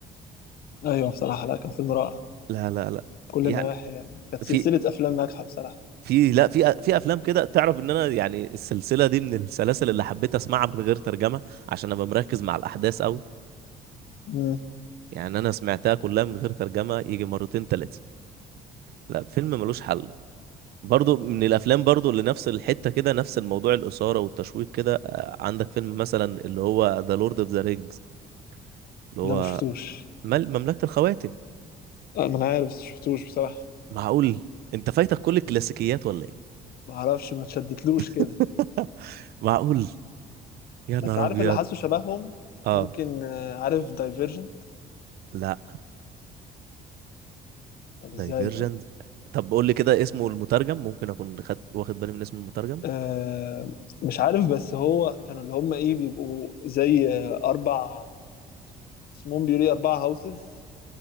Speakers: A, on the left (about 65°); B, on the right (about 70°).
A: ايوه بصراحة لا كان فيلم رائع
B: لا لا لا
A: كل
B: يعني
A: النواحي يعني كانت سلسلة
B: في
A: افلام ناجحة بصراحة
B: في لا في في افلام كده تعرف ان انا يعني السلسلة دي من السلاسل اللي حبيت اسمعها من غير ترجمة عشان ابقى مركز مع الاحداث قوي
A: امم
B: يعني انا سمعتها كلها من غير ترجمة يجي مرتين تلاتة لا فيلم ملوش حل برضو من الافلام برضو اللي نفس الحته كده نفس الموضوع الاثاره والتشويق كده آه، عندك فيلم مثلا اللي هو ذا لورد اوف ذا رينجز اللي
A: لا
B: هو
A: ما شفتوش
B: مل مملكه الخواتم
A: آه، ما انا عارف بس شفتوش بصراحة
B: معقول انت فايتك كل الكلاسيكيات ولا ايه
A: ما اعرفش ما تشدتلوش كده
B: <laughs> معقول يا
A: بس
B: نهار
A: عارف
B: ابيض
A: اللي حاسه شبههم
B: اه
A: ممكن آه، عارف دايفيرجن
B: لا
A: طب
B: دايفيرجنت
A: ازاي طب
B: طب قول لي كده اسمه المترجم ممكن اكون خد... واخد بالي من اسم المترجم
A: آه، مش عارف بس هو كانوا اللي هم ايه بيبقوا زي آه، اربع اسمهم بيقولوا ايه اربع هاوسز